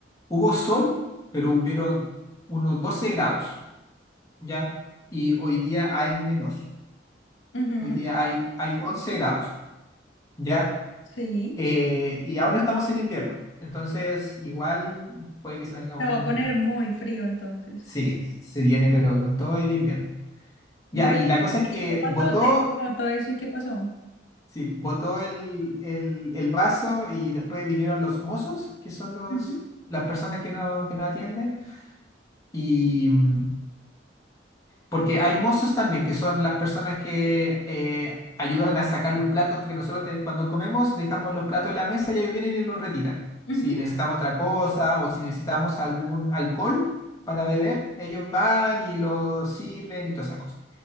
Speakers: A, on the left; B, on the left.
A: hubo sol, pero hubieron unos 12 grados, ¿ya? Y hoy día hay menos.
B: Ujú,
A: Hoy día hay, hay 11 grados, ¿ya?
B: Sí.
A: Eh, y aún no estamos en invierno. Entonces, igual puede que se venga
B: Se
A: un...
B: va a poner muy frío entonces.
A: Sí, se viene, pero con todo el invierno.
B: Bueno,
A: Ya, y la cosa es
B: ¿y
A: que
B: qué pasó?
A: botó,
B: ¿Te notó eso y qué pasó?
A: sí, botó el, el, el vaso y después vinieron los mozos, que son los,
B: Ujú,
A: las personas que no, que no atienden. Y mm, porque hay mozos también, que son las personas que eh, ayudan a sacar los platos, porque nosotros ten- cuando comemos dejamos los platos en la mesa y ellos vienen y los retiran.
B: ujú.
A: Si necesitamos otra cosa o si necesitamos algún alcohol para beber, ellos van y lo sirven y todas esas cosas.